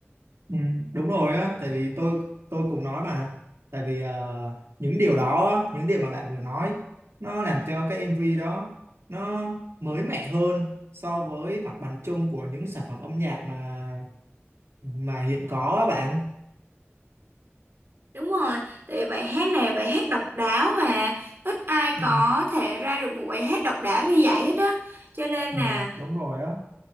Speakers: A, on the right; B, on the right.
A: Ừ, đúng rồi á, tại vì tôi tôi cũng nói mà, tại vì ờ, những điều đó, á, những điều mà bạn vừa nói, nó làm cho cái MV đó nó mới mẻ hơn so với mặt bằng chung của những sản phẩm âm nhạc mà mà hiện có á bạn.
B: đúng rồi tại vì bài hát này là bài hát độc đáo mà ít ai
A: Ừ,
B: có thể ra được một bài hát độc đáo như vậy hết á cho nên
A: ừ,
B: là
A: đúng rồi á,